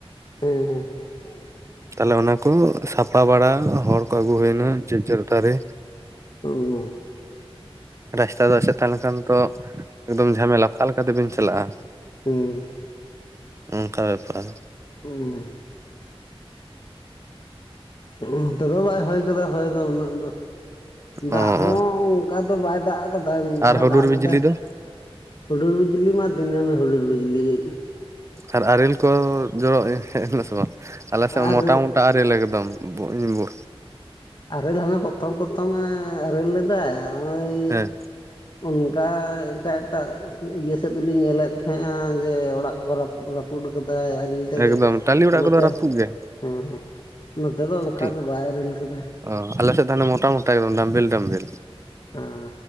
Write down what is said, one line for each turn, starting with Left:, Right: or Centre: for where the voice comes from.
Left: ᱦᱮᱸ ᱦᱮᱸ ᱦᱮᱸ <unintelligible>
Right: ᱛᱟᱦᱮᱞᱮ ᱚᱱᱟ ᱠᱚ ᱥᱟᱯᱷᱟ ᱵᱟᱲᱟ ᱦᱚᱲ ᱠᱚ ᱟᱹᱜᱩ ᱦᱩᱭᱱᱟ ᱡᱮᱡᱟᱹᱨ ᱫᱟᱨᱮ
Left: <unintelligible>
Right: ᱨᱟᱥᱛᱟ ᱫᱚ ᱟᱥᱮᱫ ᱛᱟᱦᱮᱸ ᱞᱮᱱ ᱠᱷᱟᱱ ᱛᱚ ᱮᱠᱫᱚᱢ ᱡᱷᱟᱢᱮᱞᱟ ᱚᱠᱟᱞ ᱞᱮᱠᱟ ᱛᱮᱵᱤᱱ ᱪᱟᱞᱟᱜᱼᱟ᱾
Left: ᱦᱩᱸ
Right: ᱚᱱᱠᱟ ᱵᱮᱯᱟᱨ᱾
Left: ᱦᱩᱸ ᱱᱚ ᱛᱮᱫᱚ ᱵᱟᱭ ᱦᱚᱭ ᱠᱟᱫᱟ ᱦᱚᱭ ᱫᱚ ᱩᱱᱟᱹᱜ ᱫᱚ᱾ ᱫᱟᱜ
Right: ᱚ
Left: ᱦᱚᱸ
Right: ᱚ
Left: ᱚᱱᱠᱟ ᱫᱚ ᱵᱟᱭ ᱫᱟᱜ ᱠᱟᱫᱟ ᱢᱤᱫ ᱫᱷᱟᱣ
Right: ᱟᱨ ᱦᱩᱰᱩᱨ
Left: ᱫᱟᱜ ᱞᱮᱫᱟᱭ᱾
Right: ᱵᱤᱡᱽᱞᱤ ᱫᱚ
Left: ᱦᱩᱰᱩᱨ ᱵᱤᱡᱞᱤ ᱢᱟ ᱫᱤᱱᱟᱹᱢ ᱦᱩᱰᱩᱨ ᱵᱤᱡᱽᱞᱤ ᱮᱫ᱾
Right: ᱟᱨ ᱟᱨᱮᱞ ᱠᱚ ᱡᱚᱨᱚᱜ ᱦᱮᱡ ᱮᱱᱟ ᱥᱮ ᱵᱟᱝ ᱟᱞᱮ ᱥᱮᱫ
Left: ᱟᱨ
Right: ᱢᱚᱴᱟ ᱢᱚᱴᱟ ᱟᱨᱮᱞ ᱮᱠᱫᱚᱢ ᱵᱚᱧ ᱵᱚ
Left: ᱟᱨᱮᱞ ᱦᱟᱱᱮ ᱯᱨᱚᱛᱷᱚᱢ ᱯᱨᱚᱛᱷᱚᱢᱮ ᱟᱨᱮᱞ ᱞᱮᱫᱟᱭ ᱚᱭᱻ
Right: ᱦᱮᱸ
Left: ᱚᱱᱠᱟ ᱮᱴᱟᱜ ᱮᱴᱟᱜ ᱤᱭᱟᱹ ᱥᱮᱫ ᱫᱚᱞᱤᱧ ᱧᱮᱞᱮᱫ ᱛᱟᱦᱮᱸᱱᱟ ᱡᱮ ᱚᱲᱟᱜ ᱠᱚ ᱨᱟᱹᱯᱩᱫ ᱠᱟᱫᱟᱭ ᱟᱨᱮᱞ ᱛᱮᱜᱮ᱾
Right: ᱮᱠᱫᱚᱢ ᱴᱟᱞᱤ ᱚᱲᱟᱜ
Left: ᱱᱚᱛᱮ
Right: ᱠᱚᱫᱚ ᱨᱟᱹᱯᱩᱫ ᱜᱮ
Left: ᱦᱚᱸ ᱦᱚᱸ ᱱᱚᱛᱮ ᱫᱚ ᱚᱱᱠᱟ
Right: ᱴᱷᱤᱠ
Left: ᱫᱚ ᱵᱟᱭ ᱟᱨᱮᱞ ᱟᱠᱟᱫᱟ᱾
Right: ᱚ ᱟᱞᱮᱥᱮᱫ ᱦᱟᱱᱮ ᱢᱚᱴᱟ ᱢᱚᱴᱟ ᱮᱠᱫᱚᱢ ᱰᱟᱢᱵᱤᱞ ᱰᱟᱢᱵᱤᱞ᱾
Left: ᱮᱸᱻ